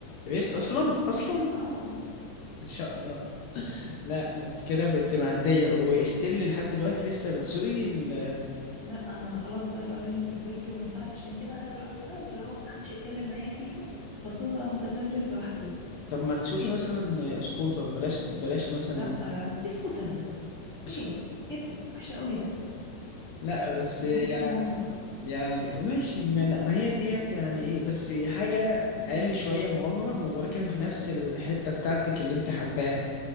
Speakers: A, on the left; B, on the left.
A: ريس اصلا اصلا
B: اه
A: ان شاء الله لا انت كده كنت معديه واستيل لحد دلوقتي لسه بتسوقي ال...
B: لا ما انا خلاص بقى لو قالوا لي انت كبرتي وما ينفعش عشان كده عايزة اروح بلد اللي هو محدش يتكلم معايا فيها واسوق بقى موتوسيكلات ريس براحتي
A: طب ما تسوقي مثلا سكوتر بلاش بلاش مثلا
B: لا لا ايه سكوتر ده
A: سكوت
B: ايه ايه ده وحشة قوي ده
A: لا بس
B: مفيهوش
A: يع-
B: مغامرة
A: يعني ماشي ما, أنا... ما هي ديت يعني ايه بس حاجه اقل شويه مغامره ولكن في نفس الحته بتاعتك اللي انت حباها